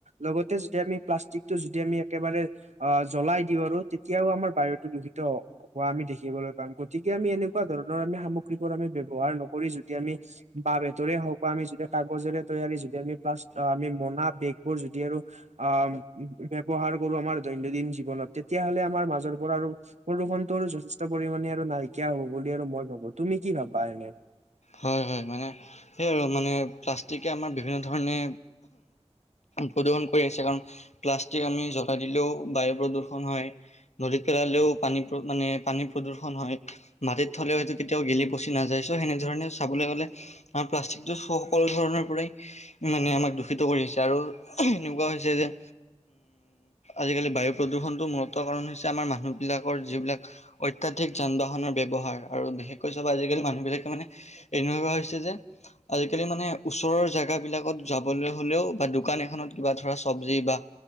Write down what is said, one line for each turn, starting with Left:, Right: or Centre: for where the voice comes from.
Right: লগতে যদি আমি প্লাষ্টিকটো যদি আমি একেবাৰে অ', জ্বলাই দিওঁ আৰু তেতিয়াও, আমাৰ বায়ুতো দূষিত হ' হোৱা আমি দেখিবলৈ পাম। গতিকে, আমি এনেকুৱা ধৰণৰ আমি সামগ্ৰীবোৰ আমি ব্যৱহাৰ নকৰি, যদি আমি বাহ-বেতৰে হওঁক বা আমি যদি কাগজৰে তৈয়াৰী, যদি আমি প্লাচ অ', আমি মোনা, বেগবোৰ যদি আৰু আহ, ব্যৱহাৰ কৰোঁ আমাৰ দৈনন্দিন জীৱনত। তেতিয়াহ'লে, আমাৰ মাজৰ পৰা আৰু প্ৰদুষণটো আৰু যথেষ্ট পৰিমাণে আৰু নাইকিয়া হ'ব বুলি আৰু মই ভাবোঁ। তুমি কি ভাবা এনে?
Left: হয়, হয়, মানে সেই আৰু মানে, প্লাষ্টিকে আমাৰ বিভিন্ন ধৰণে প্ৰদূষণ কৰি আহিছে। কাৰণ, প্লাষ্টিক আমি জ্বলাই দিলেও বায়ু প্ৰদূষণ হয়। নদীত পেলালেও পানী মানে পানী প্ৰদূষণ হয়। মাটিত থ'লেও এইটো কেতিয়াও গেলি-পচি নাযায়। চ' সেনেধৰণে চাবলৈ গ'লে, আমাৰ প্লাষ্টিক সকলো ধৰণৰ পৰাই মানে আমাক দূষিত কৰি আহিছে। আৰু এনেকুৱা হৈছে যে আজিকালি, বায়ু প্ৰদূষণটোৰ মূলত কাৰণ হৈছে, আমাৰ মানুহবিলাকৰ যিবিলাক অত্যধিক যান-বাহনৰ ব্যৱহাৰ। আৰু বিশেষকৈ চব আজিকালি মানুহবিলাকে মানে এনেকুৱা হৈছে যে আজিকালি মানে, ওচৰৰ জেগাবিলাকত যাবলৈ হ'লেও বা দোকান এখনত কিবা ধৰা চব্জি বা